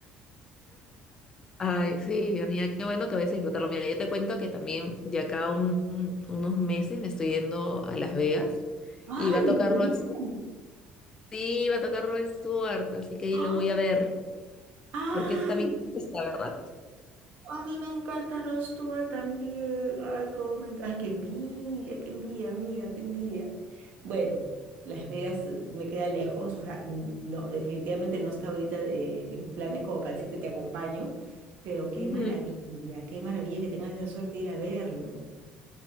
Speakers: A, on the left (about 20°); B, on the right (about 55°).
A: Ay, sí, amiga, qué bueno que vayas a disfrutarlo. Mira, yo te cuento que también de acá a un- unos meses me estoy yendo a Las Vegas
B: ¡Ay,
A: y va a tocar
B: genial!
A: Rod Sí, va a tocar Rod Stewart, así que ahí
B: ¡Ah!
A: lo voy a ver,
B: <gasps> ¡Ay!
A: porque es también está, ¿verdad?
B: A mí me encanta Rod Stewart también. Ay, cómo me encanta. Ay, qué envidia, qué envidia, amiga, qué envidia. Bueno, Las Vegas eh, me queda lejos, o sea, n- no, definitivamente no está ahorita eh, en mis planes como para decirte te acompaño, pero qué
A: Ujú.
B: maravilla, qué maravilla que tengas esa suerte de ir a verlo.